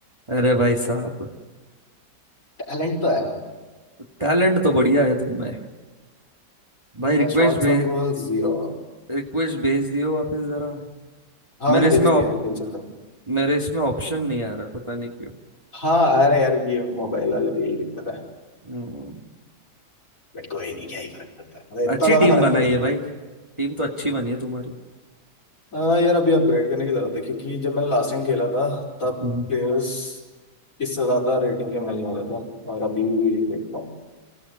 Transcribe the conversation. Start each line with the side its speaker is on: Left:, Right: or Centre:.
Right: अरे भाई साहब
Left: टैलेंट तो है भाई
Right: टैलेंट तो बढ़िया है तुम में भाई रिक्वेस्ट
Left: शॉर्ट्स
Right: भेज
Left: ऑन गोल जीरो
Right: रिक्वेस्ट भेज दियो वापस जरा
Left: हाँ
Right: मेरे
Left: मैंने
Right: इसमें
Left: भेज दिया
Right: ऑप,
Left: है मिल सकता हूँ
Right: मेरे इसमें ऑप्शन नहीं आ रहा पता नहीं क्यों
Left: हाँ अरे यार ये मोबाइल वाले पे यही दिक्कत है
Right: हम्म,
Left: बट कोई नहीं क्या ही फर्क पड़ता है मतलब इतना
Right: अच्छी
Left: ज्यादा
Right: टीम
Left: फर्क
Right: बनाई
Left: तो नहीं
Right: है भाई टीम तो अच्छी बनी है तुम्हारी
Left: पड़ता अ, यार अभी अपग्रेड करने की जरूरत है क्योंकि जब मैंने लास्ट टाइम खेला था तब
Right: हम्म,
Left: प्लेयर्स इससे ज्यादा रेटिंग के मिलने वाला था और अभी देखता हूँ